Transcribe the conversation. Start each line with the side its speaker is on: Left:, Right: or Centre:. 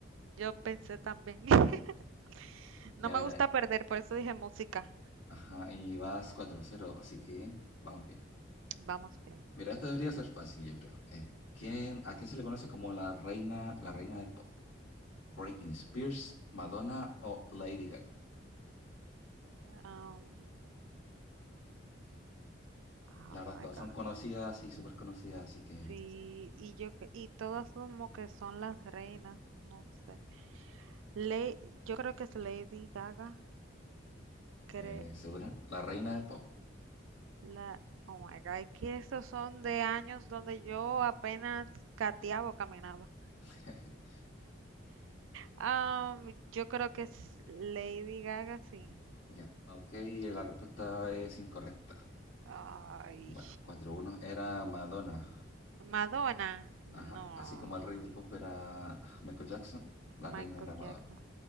Right: Yo pensé también. <laughs>
Left: Ya,
Right: No me
Left: mira,
Right: gusta perder, por eso dije música.
Left: ajá, y vas cuatro cero, así que vamos bien.
Right: Vamos bien.
Left: Mira, esto debería ser fácil, yo creo. Eh, ¿quién, a quién se le conoce como la reina, la reina del pop? ¿Britney Spears, Madonna o Lady Gaga?
Right: Um, oh
Left: La verdad,
Right: my
Left: todas
Right: God.
Left: son conocidas y súper conocidas, así que,
Right: Sí, y yo cre- y todas como que son las reinas, no sé. Le, yo creo que es Lady Gaga, creo
Left: eh, ¿segura? La reina del pop.
Right: la Oh my God, es que esos son de años donde yo apenas gateaba o caminaba.
Left: <laughs>
Right: Am, yo creo que es Lady Gaga, sí.
Left: Ya, ok, la respuesta es incorrecta.
Right: Ay.
Left: Bueno, cuatro uno era Madonna.
Right: Madonna, no.
Left: Ajá. Así como el rey del pop era <laughs> Michael Jackson, la
Right: Michael
Left: reina era Madonna.
Right: Jackson,